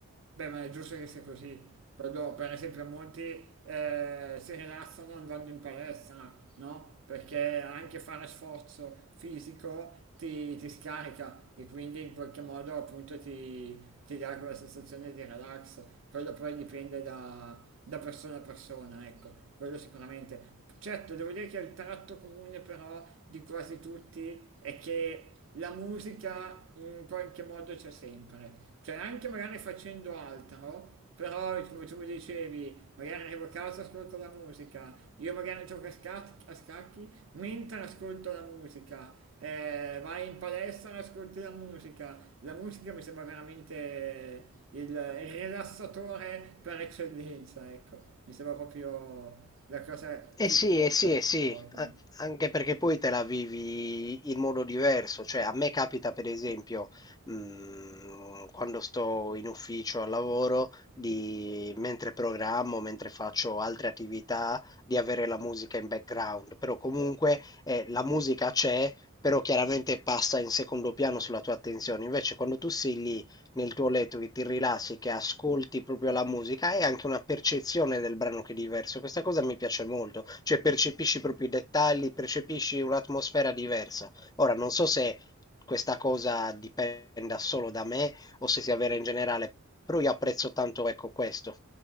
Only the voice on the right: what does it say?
Beh, ma è giusto che sia così. Quando, per esempio, molti eh, si rilassano andando in palestra, no? Perché anche fare sforzo fisico ti, ti scarica e quindi in qualche modo appunto ti, ti dà quella sensazione di relax. Quello poi dipende da, da persona a persona, ecco, quello sicuramente. Certo, devo dire che il tratto comune però di quasi tutti è che la musica in qualche modo c'è sempre, cioè anche magari facendo altro, però come tu mi dicevi, magari arrivo a casa e ascolto la musica, io magari gioco a, scac- a scacchi mentre ascolto la musica, eh, vai in palestra e ascolti la musica, la musica mi sembra veramente il, il rilassatore per eccellenza, ecco, mi sembra proprio la cosa
che
tutti
alla fine
vogliono.